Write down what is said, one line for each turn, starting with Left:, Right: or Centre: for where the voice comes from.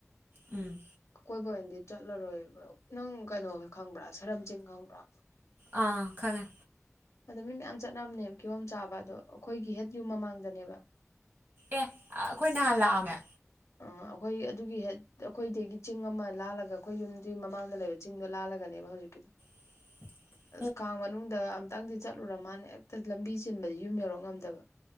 Right: ꯎꯝ
Left: ꯑꯀꯣꯏꯕ ꯑꯣꯏꯅꯗꯤ ꯆꯠꯂꯔꯣꯏꯕ ꯅꯪ ꯀꯩꯅꯣꯒ ꯈꯪꯕ꯭ꯔꯥ ꯁꯔꯝ ꯆꯤꯡ ꯈꯪꯕ꯭ꯔꯥ
Right: ꯑꯥ ꯈꯪꯉꯦ
Left: ꯑꯗꯣ ꯃꯤ ꯃꯌꯥꯝ ꯆꯠꯅꯕꯅꯦꯕ ꯀꯤꯍꯣꯝ ꯆꯥꯕ ꯑꯗꯣ ꯑꯩꯈꯣꯏꯒꯤ ꯍꯦꯠ ꯌꯨꯝ ꯃꯃꯥꯡꯗꯅꯦꯕ
Right: ꯑꯦ ꯑꯩꯈꯣꯏ ꯅꯍꯥꯟ ꯂꯥꯛꯑꯃꯦ
Left: ꯑ ꯑꯩꯈꯣꯏ ꯑꯗꯨꯒꯤ ꯍꯦ ꯑꯩꯈꯣꯏꯗꯒꯤ ꯆꯤꯡ ꯑꯃ ꯂꯥꯜꯂꯒ ꯑꯩꯈꯣꯏ ꯌꯨꯝꯗꯨ ꯃꯃꯥꯡꯗ ꯂꯩꯕ ꯆꯤꯡꯗꯣ ꯂꯥꯜꯂꯒꯅꯦꯕ ꯍꯧꯖꯤꯛꯀꯤꯗꯣ
Right: <unintelligible>
Left: ꯑꯁ ꯀꯥꯡ ꯃꯅꯨꯡꯗ ꯑꯝꯇꯪꯗꯤ ꯆꯠꯂꯨꯔ ꯃꯥꯅꯦ ꯍꯦꯛꯇ ꯂꯝꯕꯤ ꯆꯤꯟꯕꯗꯤ ꯌꯨꯝ ꯌꯧꯔꯛ ꯉꯝꯗꯕ